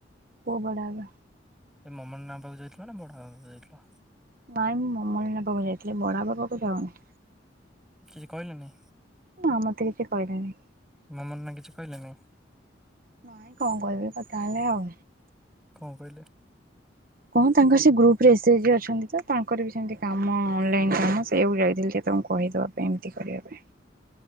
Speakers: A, on the right; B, in the centre.
A: କୋଉଁ ବଡବାବା?
B: ଏ ମମନ ନା ପାଖକୁ ଯାଇଥିଲ ନା ବଡ଼ ବାବା ପାଖକୁ ଯାଇଥିଲ?
A: ନାଇଁ ମୁଁ ମମନ ପାଖକୁ ଯାଇଥିଲି ବଡ଼ପା ପାଖକୁ ଯାଉନି।
B: କିଛି କହିଲେନି।
A: ନା ଆ ମତେ କିଛି କହିଲେନି।
B: ମମନା କିଛି କହିଲେ ନି?
A: ନାଇଁ କଣ କହିବେ କଥା ହେଲେ ଆଉ।
B: କଣ କହିଲେ?
A: କଣ ତାଙ୍କର ସେ ଗ୍ରୁପ ରେ ଏସ ଏଚ୍ ଜି ଅଛନ୍ତି ତ ତାଙ୍କର ବି ସେମିତି କାମ ଅନଲାଇନ କାମ ସେଇଆକୁ ଯାଇଥିଲେ। ତାଙ୍କୁ କହିଦବା ପାଇଁ ଏମିତି କରିବା ପାଇଁ।